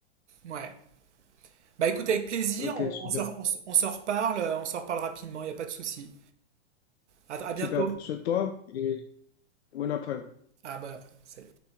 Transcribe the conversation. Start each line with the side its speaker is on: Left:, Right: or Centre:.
Right: ouais. Bah écoute, avec plaisir,
Left: Ok,
Right: on
Left: super.
Right: on se on, se- on s'en reparle, euh, on s'en reparle rapidement, il n'y a pas de souci. À, à bientôt.
Left: Super. Souhaite-toi et bon après-midi.
Right: Ah bah, salut.